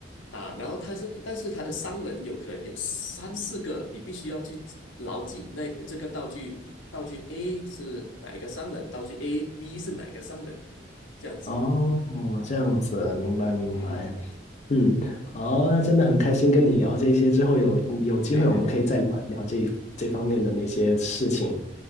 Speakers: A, on the left; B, on the left.
A: 啊，然后它是，但是它的商人有可能有三四个，你必须要去牢记那个这个道具，道具 A 是哪一个商人，道具 A、B 是哪一个商人，这样子。
B: 哦，这样子，明白明白，
A: 嗯，
B: 嗯，好，那真的很开心跟你聊这些，之后有有机会我们可以再聊一聊这这方面的那些事情，
A: 对对对。